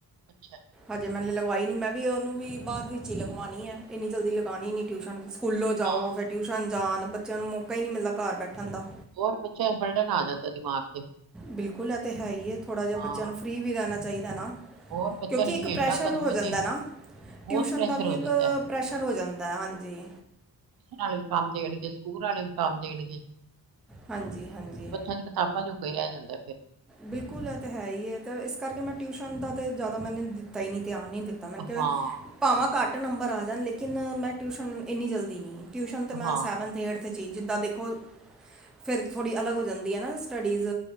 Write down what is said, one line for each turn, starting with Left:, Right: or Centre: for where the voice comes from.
Right: ਅੱਛਾ
Centre: ਹਜੇ ਮੈਨੇ ਲਗਵਾਈ ਨੀ ਮੈਂ ਵੀ ਉਹਨੂੰ ਵੀ ਬਾਅਦ ਵਿੱਚ ਹੀ ਲਗਵਾਉਣੀ ਹੈ ਇੰਨੀ ਜਲਦੀ ਲਗਾਉਨੀ ਨੀ ਟਿਊਸ਼ਨ ਸਕੂਲੋਂ
Right: ਹਾਂ।
Centre: ਜਾਓ ਫਿਰ ਟਿਊਸ਼ਨ ਜਾਣ ਬੱਚਿਆਂ ਨੂੰ ਮੌਕਾ ਹੀ ਨਹੀਂ ਮਿਲਦਾ ਘਰ ਬੈਠਣ ਦਾ
Right: ਹੋਰ ਬੱਚਿਆਂ ਤੇ ਬਰਡਨ ਆ ਜਾਂਦਾ ਦਿਮਾਗ ਤੇ
Centre: ਬਿਲਕੁਲ ਇਹ ਤੇ ਹੈ ਹੀ ਏ ਥੋੜਾ ਜਿਹਾ
Right: ਹਾਂ,
Centre: ਬੱਚਿਆਂ ਨੂੰ ਫਰੀ ਵੀ ਰਹਿਣਾ ਚਾਹੀਦਾ ਨਾ
Right: ਹੋਰ ਬੱਚਿਆਂ
Centre: ਕਿਉਂਕਿ
Right: ਨੇ
Centre: ਇੱਕ
Right: ਖੇਡਣਾ
Centre: ਪ੍ਰੈਸ਼ਰ
Right: ਕਦੋਂ
Centre: ਹੋ
Right: ਏ
Centre: ਜਾਂਦਾ
Right: ਤੇ
Centre: ਨਾ
Right: ਬਹੁਤ
Centre: ਟਿਊਸ਼ਨ
Right: ਪ੍ਰੈਸ਼ਰ
Centre: ਦਾ ਵੀ
Right: ਹੋ
Centre: ਇੱਕ
Right: ਜਾਂਦਾ। ਹੈ।
Centre: ਪ੍ਰੈਸ਼ਰ ਹੋ ਜਾਂਦਾ ਹਾਂਜੀ
Right: ਟਿਊਸ਼ਨ ਵਾਲੇ ਵੀ ਕੰਮ ਦੇਣਗੇ ਸਕੂਲ ਵਾਲੇ ਵੀ ਕੰਮ ਦੇਣਗੇ
Centre: ਹਾਂਜੀ ਹਾਂਜੀ
Right: ਬੱਚਾ ਤੇ ਕਿਤਾਬਾਂ ਜੋਗਾ ਹੀ ਰਹਿ ਜਾਂਦਾ ਫਿਰ
Centre: ਬਿਲਕੁਲ ਇਹ ਤਾਂ ਹੈ ਹੀ ਹੈ ਤੇ ਇਸ ਕਰਕੇ ਮੈਂ ਟਿਊਸ਼ਨ ਦਾ ਤਾਂ ਜ਼ਿਆਦਾ ਮੈਨੇ ਦਿੱਤਾ ਹੀ ਨਹੀਂ ਧਿਆਨ ਨਹੀਂ ਦਿੱਤਾ ਤਾਂ ਮੈਂ ਕਿਹਾ
Right: ਹਾਂ,
Centre: ਭਾਵਾਂ ਘੱਟ ਨੰਬਰ ਆ ਜਾਣ ਲੇਕਿਨ ਮੈਂ ਟਿਊਸ਼ਨ ਇੰਨੀ ਜਲਦੀ ਨਹੀਂ ਟਿਊਸ਼ਨ ਤਾਂ ਮੈਂ
Right: ਹਾਂ,
Centre: ਸੈਵੰਥ ਏਟਥ ਇੱਥੇ ਚੀਜ਼ ਜਿੱਦਾਂ ਦੇਖੋ ਫਿਰ ਥੋੜ੍ਹੀ ਅਲੱਗ ਹੋ ਜਾਂਦੀ ਹੈ ਨਾ ਸਟੱਡੀਜ਼